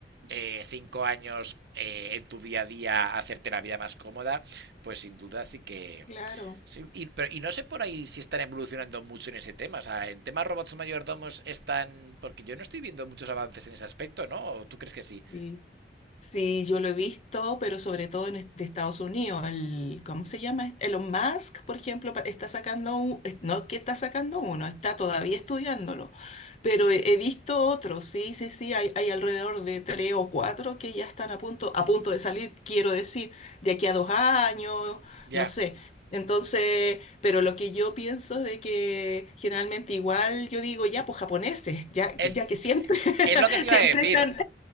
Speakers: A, on the right; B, on the left.
A: eh, cinco años eh, en tu día a día a hacerte la vida más cómoda, pues sin duda sí que...
B: claro.
A: sí, y, pero- y no sé por ahí si están evolucionando mucho en ese tema. O sea, en temas robots mayordomos están... Porque yo no estoy viendo muchos avances en ese aspecto, ¿no? ¿O tú crees que sí?
B: Sí. Sí, yo lo he visto, pero sobre todo en est- de Estados Unidos. El, ¿cómo se llama? Elon Musk, por ejemplo, pa- está sacando un, es- no que está sacando uno, está todavía estudiándolo. Pero he, he visto otros, sí, sí, sí, hay, hay alrededor de tres o cuatro que ya están a punto, a punto de salir, quiero decir, de aquí a dos años,
A: Ya.
B: no sé. Entonces, pero lo que yo pienso es de que generalmente igual yo digo, ya, pues japoneses, ya,
A: Es,
B: ya que siempre, <laughs>
A: es lo que te iba
B: siempre
A: a decir.
B: están,